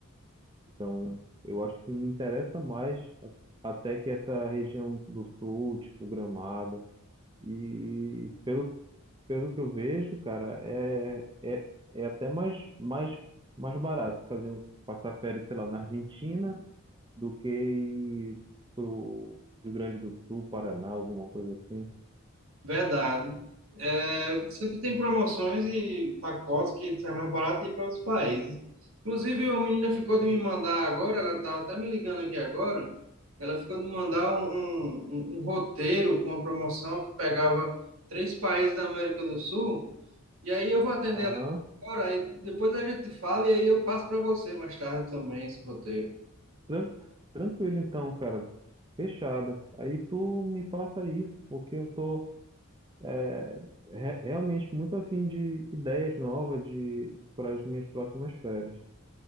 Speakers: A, on the right (about 20°); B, on the right (about 75°).
A: Então, eu acho que me interessa mais a- até que essa região do sul, tipo Gramado. E pelo, pelo que eu vejo, cara, é, é, é até mais, mais, mais barato fazer um, passar férias, sei lá, na Argentina do que ir pro Rio Grande do Sul, Paraná, alguma coisa assim.
B: Verdade. É, sempre tem promoções e pacotes que sai mais barato e ir para outros países. Inclusive, a menina ficou
A: Sim.
B: de me mandar agora, ela estava até me ligando aqui agora, ela ficou de me mandar um, um, um um roteiro com a promoção que pegava três países da América do Sul, e aí eu vou atender
A: Aham.
B: Ora, aí depois a gente fala e aí eu passo para você mais tarde também esse roteiro.
A: Tran- Tranquilo então, cara. Fechada. Aí tu me passa isso, porque eu tô é, re- realmente muito afim de ideias novas de para as minhas próximas férias.